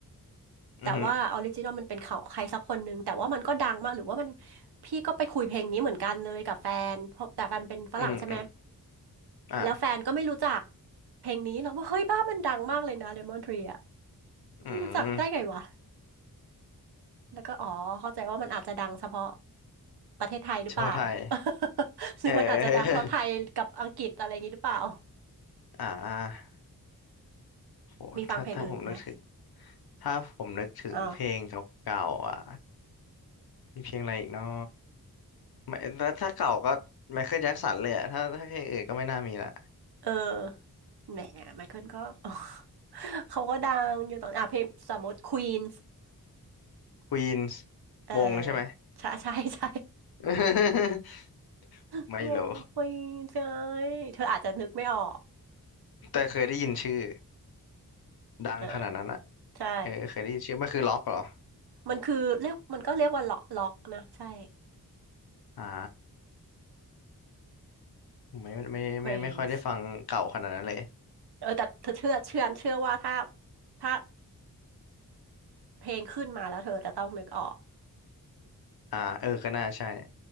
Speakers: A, on the right; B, on the left.
A: แต่ว่าออริจินอลมันเป็นของใครสักคนหนึ่งแต่ว่ามันก็ดังมากหรือว่ามัน
B: อือหือ
A: พี่ก็ไปคุยเพลงนี้เหมือนกันเลยกับแฟนเพราะแต่แฟนเป็นฝรั่งใช่ไหม
B: อืมอืมอ่า
A: แล้วแฟนก็ไม่รู้จักเพลงนี้เราก็เฮ้ยบ้ามันดังมากเลยนะเลมอนทรีอะ
B: อืม
A: ไม่รู้จักได้ไงวะ แล้วก็อ๋อเข้าใจว่ามันอาจจะดังเฉพาะประเทศไทยหรือเปล่า
B: เฉพาะไทย
A: <laughs> หรือมันอาจจะดังเท่าไทยกับอังกฤษอะไรอย่างนี้หรือเปล่า
B: เออ <laughs> อ่าโหถ้าถ้าผมนึกถึง
A: มีฟังเพลงอื่นอีกไหม
B: ถ้าผมนึกถึงเพลงเก่าๆอ่ะ
A: อ๋อ
B: มีเพลงอะไรอีกเนาะไม่ถ้าถ้าเก่าก็ไมเคิลแจ็คสันเลยอะถ้าถ้าเพลงอื่นก็ไม่น่ามีละ
A: เออแหมไมเคิลก็ <laughs> เขาก็ดังอยู่ตอนอ่ะเพลงสมมติควีนส์
B: ควีนส์
A: เออ
B: วงใช่ไหม
A: ใช่ใช่ใช่
B: <laughs>
A: <laughs>
B: ไม่รู้
A: วงควีนส์ใช่เธออาจจะนึกไม่ออก
B: แต่เคยได้ยินชื่อดังขนาดนั้นอ่ะ
A: เออใช่
B: เออเคยได้ยินชื่อมันคือล็อกเหรอ
A: มันคือเรียกมันก็เรียกว่าล็อกล็อกนะใช่
B: อ่าผมไม่ไม่ไม่ไม่ค่อยได้ฟังเก่าขนาดนั้นเลย
A: Queens เออแต่เธอเชื่อเชื่อเชื่อว่าถ้าถ้าเพลงขึ้นมาแล้วเธอจะต้องนึกออก
B: อ่าเออก็น่าใช่